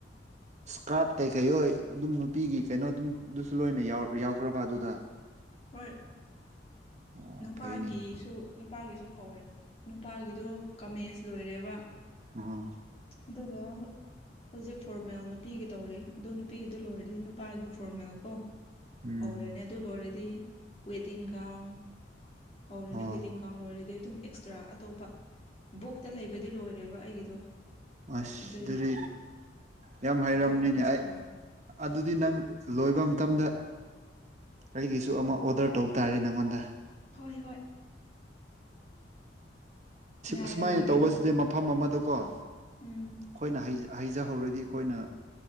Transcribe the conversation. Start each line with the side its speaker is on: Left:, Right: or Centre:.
Right: ꯏꯁꯀꯥꯔꯠ ꯀꯩꯀꯩ ꯍꯣꯏ ꯑꯗꯨꯝ ꯅꯨꯄꯤꯒꯤ ꯀꯩꯅꯣ ꯑꯗꯨꯝꯗꯨꯁꯨ ꯂꯣꯏꯅ ꯌꯥꯎꯈ꯭ꯔꯕ ꯑꯗꯨꯗ
Left: ꯍꯣꯏ
Right: ꯑꯣ
Left: ꯅꯨꯄꯥꯒꯤꯁꯨ
Right: ꯐꯩꯅꯦ
Left: ꯅꯨꯄꯥꯒꯤꯁꯨ ꯍꯧꯔꯦ ꯅꯨꯄꯥꯒꯤꯗꯣ ꯀꯃꯦꯖ ꯂꯣꯏꯔꯦꯕ
Right: ꯑ
Left: ꯑꯗꯨꯒ ꯍꯧꯖꯤꯛ ꯐꯣꯔꯃꯦꯜ ꯅꯨꯄꯤꯒꯤ ꯇꯧꯔꯤ ꯑꯗꯣ ꯅꯨꯄꯤꯒꯤꯗꯨ ꯂꯣꯏꯔꯗꯤ ꯅꯨꯄꯥꯒꯤ ꯐꯣꯔꯃꯦꯜ ꯀꯣ
Right: ꯎꯝ
Left: ꯍꯧꯔꯦꯅꯦ ꯑꯗꯨ ꯂꯣꯏꯔꯗꯤ ꯋꯦꯗꯤꯡ ꯒꯥꯎꯟ ꯍꯧꯔꯦꯅꯦ
Right: ꯑꯣ
Left: ꯋꯦꯗꯤꯡ ꯒꯥꯎꯟ ꯂꯔꯗꯤ ꯑꯗꯨꯝ ꯅꯠꯇ꯭ꯔꯥ ꯑꯇꯣꯞꯄ ꯕꯨꯛꯇ ꯂꯩꯕꯗꯤ ꯂꯣꯏꯔꯦꯕ ꯑꯩꯒꯤꯗꯣ
Right: ꯑꯁ
Left: ꯑꯗꯨꯒꯤ
Right: ꯑꯗꯨꯗꯤ ꯌꯥꯝ ꯍꯩꯔꯕꯔꯕꯅꯤꯅꯦ
Left: ꯑꯇꯣꯞꯄ ꯑꯦꯛꯁꯇ꯭ꯔꯥ
Right: ꯑꯩ ꯑꯗꯨꯗꯤ ꯅꯪ ꯂꯣꯏꯕ ꯃꯇꯝꯗ ꯑꯩꯒꯤꯁꯨ ꯑꯃ ꯑꯣꯗꯔ ꯇꯧꯕ ꯇꯥꯔꯦ ꯅꯪꯉꯣꯟꯗ
Left: ꯍꯣꯏ ꯍꯣꯏ ꯉꯥꯏꯔꯝꯃꯒꯦ
Right: ꯑꯁꯨꯃꯥꯏꯅ ꯇꯧꯕꯁꯤꯗꯤ
Left: ꯑꯗꯣ
Right: ꯃꯐꯝ ꯑꯃꯗꯀꯣ ꯑꯩꯈꯣꯏꯅ
Left: ꯎꯝ
Right: ꯍꯩꯖ ꯍꯩꯖꯍꯧꯔꯗꯤ ꯑꯩꯈꯣꯏꯅ